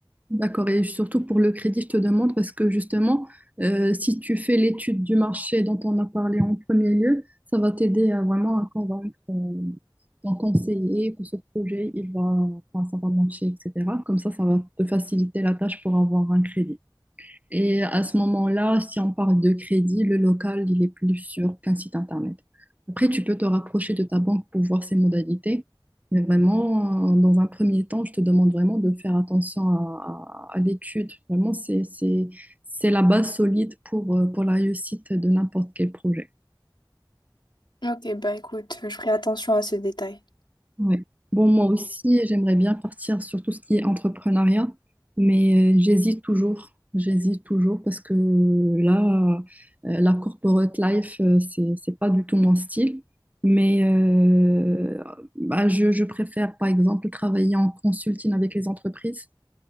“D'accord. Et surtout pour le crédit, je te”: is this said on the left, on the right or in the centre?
Right